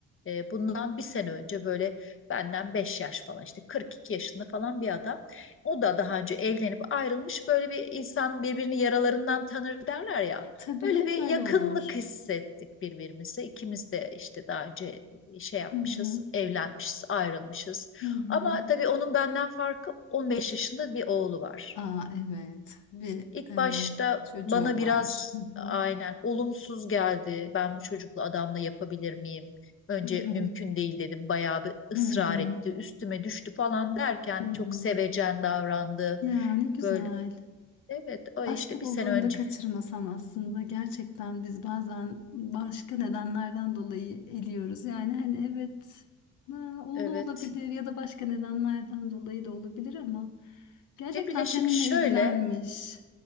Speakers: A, on the left; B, on the left.
A: E, bundan bir sene önce böyle benden 5 yaş falan işte 42 yaşında falan bir adam. O da daha önce evlenip ayrılmış. Böyle bir insan birbirini yaralarından tanır derler ya.
B: Tabii
A: Öyle
B: hep
A: bir
B: öyle
A: yakınlık
B: olur.
A: hissettik birbirimize. İkimiz de işte daha önce şey yapmışız,
B: Hı hı.
A: evlenmişiz, ayrılmışız.
B: Hı hı.
A: Ama tabii onun benden farkı 15 yaşında bir oğlu var.
B: Aa evet. Bir
A: İlk
B: e,
A: başta
B: çocuğu
A: bana
B: var.
A: biraz
B: Hı hı.
A: aynen olumsuz geldi. Ben bu çocukla adamla yapabilir miyim? Önce
B: Hı hı.
A: mümkün değil dedim. Bayağı bir ısrar
B: Hı hı.
A: etti. Üstüme düştü falan derken
B: Hı hı.
A: çok sevecen davrandı.
B: Ya ne güzel.
A: Böyle evet o işte
B: Aşkı
A: bir
B: bulduğunda
A: sene önce.
B: kaçırmasan aslında gerçekten biz bazen başka nedenlerden dolayı eliyoruz. Yani hani evet ha, oğlu
A: Evet.
B: olabilir ya da başka nedenlerden dolayı da olabilir ama gerçekten
A: Cemile
B: seninle
A: şimdi şöyle
B: ilgilenmiş.